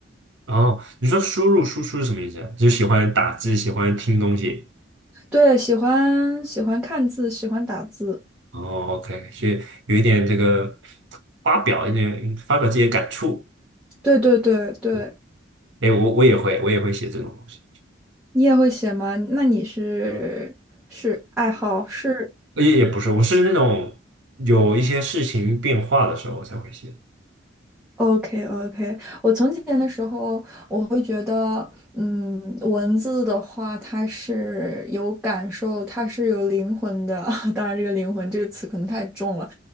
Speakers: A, on the right; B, in the centre.
A: 哦，你说输入输出是什么意思？就是喜欢打字，喜欢听东西。
B: 对，喜欢喜欢看字，喜欢打字。
A: 哦，OK，所以有一点这个发表一点发表自己的感触，
B: 对对对对，
A: 嗯，哎，我我也会我也会写这种东西，
B: 你也会写吗？那你是是爱好是？
A: 也也不是，我是那种有一些事情变化的时候我才会写。
B: OK OK，我从前的时候，我会觉得，嗯，文字的话，它是有感受，它是有灵魂的。<laughs> 当然，这个“灵魂”这个词可能太重了，